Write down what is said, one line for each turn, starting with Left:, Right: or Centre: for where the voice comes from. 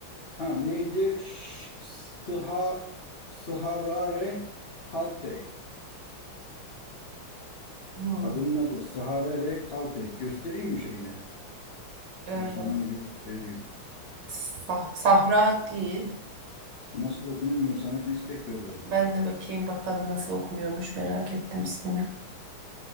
Left: ha neydi? Ş- Sıha Sıharare Kalteh.
Right: Hmm.
Left: Kadının adı Sıharare Kalteh. Göstereyim mi şeyini?
Right: E,
Left: Ben Sana mı göstereyim?
Right: sah- Sahra değil.
Left: Nasıl okunuyor bilmiyorum. Sana istek yolladım.
Right: Ben de bakayım bakalım nasıl okunuyormuş merak ettim ismini.